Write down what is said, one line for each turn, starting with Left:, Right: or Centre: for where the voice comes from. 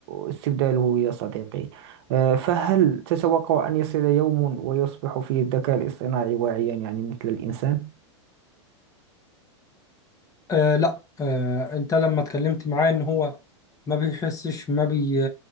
Right: استبداله يا صديقي آه، فهل تتوقع أن يصل يوم ويصبح فيه الذكاء الاصطناعي واعيا يعني مثل الإنسان؟
Left: آه لا آه انت لما اتكلمت معاه ان هو ما بيحسش ما بي